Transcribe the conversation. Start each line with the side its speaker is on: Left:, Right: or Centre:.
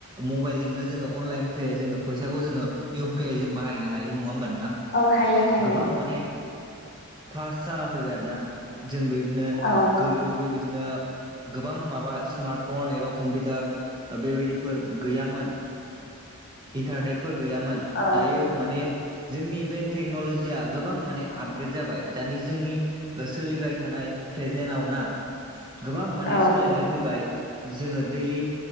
Right: मबाइलजोंनो जोङो अनलाइन पे जोङो फैसाखौ जोङो इउपि आइ जों बाहायनो हायि नङा होमबा नोंथां
Left: औ हायो हायो
Right: गोबां माने। फास्ट जाना फैबाय आरोना जों बेबायदिनो
Left: औ
Right: गोदोथ' बेबायदिनो। बिदिनो गोबां माबा स्मार्ट फन एबा कम्पिउटार बेबायदिफोर गैयामोन। इन्टारनेटफोर गैयामोन
Left: औ
Right: दायो माने जोंनि बे टेक्न'लजिया गोबां माने आपग्रेड जाबाय दानि जोंनि सोलिबाय थानाय प्रेजेनाव ना गोबां माने
Left: औ
Right: सोलायनाय फैबाय जोङो दैलि